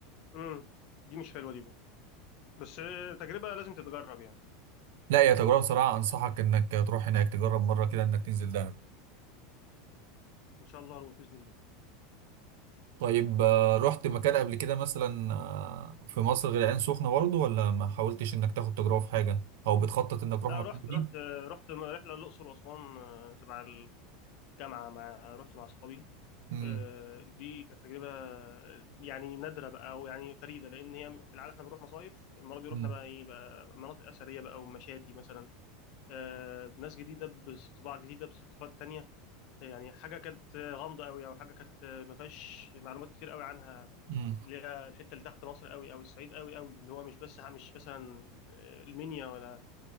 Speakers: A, on the left; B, on the right.
A: امم دي مش حلوه دي بقى. بس آه، تجربه لازم تتجرب يعني
B: لا يا تجربة بصراحة أنصحك إنك تروح هناك تجرب مرة كده إنك تنزل دهب
A: ان شاء الله اروح باذن الله
B: طيب آه، رحت مكان قبل كده مثلا آه، في مصر غير العين سخنة برضه ولا ما حاولتش إنك تاخد تجربة في حاجة أو بتخطط إنك تروح
A: لا
B: مكان
A: رحت
B: جديد؟
A: رحت آه، رحت م- رحله الاقصر واسوان آه، تبع الجامعه مع رحت مع اصحابي
B: امم
A: آه، دي كانت تجربه آه، يعني نادره بقى او يعني فريده لان هي في العاده احنا بنروح مصايف المره دي رحنا
B: امم
A: بقى ايه بقى مناطق اثريه بقى ومشاتي مثلا آه، ناس جديده بطباع جديده بثقافات تانية يعني حاجه كانت غامضه قوي او حاجه كانت ما فيهاش معلومات كتير قوي عنها
B: امم
A: اللي هي الحته اللي تحت مصر قوي او الصعيد قوي قوي اللي هو مش بس مش مثلا المنيا ولا